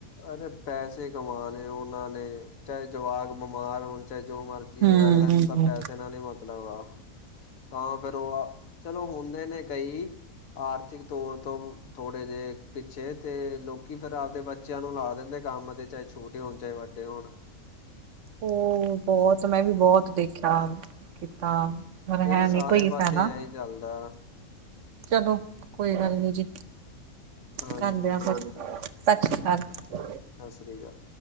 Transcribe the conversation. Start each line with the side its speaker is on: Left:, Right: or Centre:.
Left: ਅਰੇ ਪੈਸੇ ਕਮਾਣੇ ਉਹਨਾਂ ਨੇ ਚਾਹੇ ਜਵਾਕ ਬਿਮਾਰ ਹੋਣ ਚਾਹੇ ਜੋ ਮਰਜ਼ੀ
Right: ਹਮ
Left: ਹੋਏ ਅਗਲਿਆ ਨੂੰ ਤਾਂ ਪੈਸੇ ਨਾਲ ਹੀ ਮਤ ਮਤਲਬ ਆ ਤਾਂ ਫ਼ਿਰ ਉਹ ਆ, ਚਲੋ ਹੁੰਦੇ ਨੇ ਕਈ ਆਰਥਿਕ ਤੌਰ ਤੋਂ ਥੋੜ <unintelligible> ੜੇ ਜ ਪਿੱਛੇ ਤੇ ਲੋਕੀ ਫੇਰ ਆਪਦੇ ਬੇ ਬੱਚਿਆਂ ਨੂੰ ਲਾ ਦਿੰਦੇ ਕੰਮ ਤੇ ਚਾਹੇ ਛੋਟੇ ਹੋਣ ਚਾਹੇ ਵੱਡੇ ਹੋਣ।
Right: ਹੋ ਬਹੁਤ ਮੈਂ ਵੀ ਬਹੁਤ ਦੇਖਿਆ ਕੀਤਾ। ਪਰ
Left: ਇਹ
Right: ਹੈ
Left: ਤਾਂ ਸਾਰੇ
Right: ਨੀ ਕੋਈ
Left: ਪਾਸੇ
Right: ਫੇਦਾ,
Left: ਐ ਹੀ ਚੱਲਦਾ
Right: ਚਲੋ ਕੋਈ ਗੱਲ ਨੀ ਜੀ।
Left: ਹਾਂਜੀ
Right: ਕਰਨਦੇ ਆ ਫਿਰ। ਸਤਿ ਸ਼੍ਰੀ ਅਕਾਲ।।
Left: ਸਸਰੀਕਾਲ।